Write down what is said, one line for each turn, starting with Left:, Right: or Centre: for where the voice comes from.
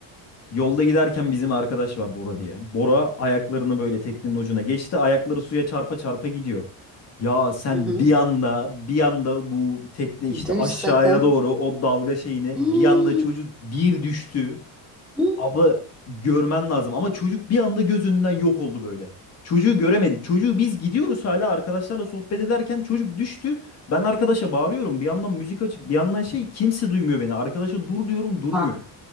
Left: Yolda giderken bizim arkadaş var Bora diye. Bora ayaklarını böyle teknenin ucuna geçti. Ayakları suya çarpa çarpa gidiyor. Ya sen
Centre: Hı hı.
Left: bir anda bir anda bu tekne işte
Centre: Düş
Left: aşağıya
Centre: sakın.
Left: doğru o dalga şeyine
Centre: <gasps> Hii.
Left: bir anda çocuk bir düştü.
Centre: Hı.
Left: Abla görmen lazım ama çocuk bir anda gözünden yok oldu böyle. Çocuğu göremedik. Çocuğu biz gidiyoruz hala arkadaşlarla sohbet ederken çocuk düştü. Ben arkadaşa bağırıyorum. Bir yandan müzik açık, bir yandan şey kimse duymuyor beni. Arkadaşa dur diyorum, durmuyor.
Centre: Ah,